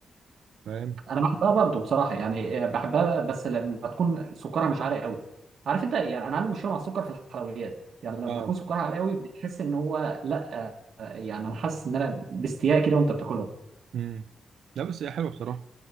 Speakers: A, on the right; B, on the right.
A: فاهم
B: انا بحبها برضه بصراحه يعني آه، بحبها بس لما تكون سكرها مش عالي قوي عارف انت يعني انا عندي مشكله مع السكر في الحلويات يعني لما
A: اه
B: يكون سكرها عالي قوي بتحس ان هو لا آه، يعني انا حاسس ان انا باستياء كده وانت بتاكلها
A: امم لا بس هي حلوه بصراحه